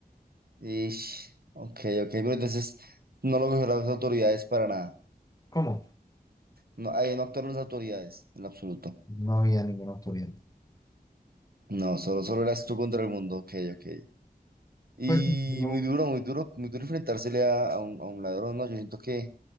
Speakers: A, on the right; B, on the left.
A: Ish, ok, ok. Pero entonces no lo cogieron las autoridades para nada.
B: ¿Cómo?
A: No, ahí no actuaron las autoridades, en lo absoluto.
B: No había ninguna autoridad.
A: No, solo, solo eras tú contra el mundo. Ok, ok. Y
B: Pues no.
A: muy duro, muy duro, muy duro enfrentársele a, a un, a un ladrón, ¿no? Yo siento que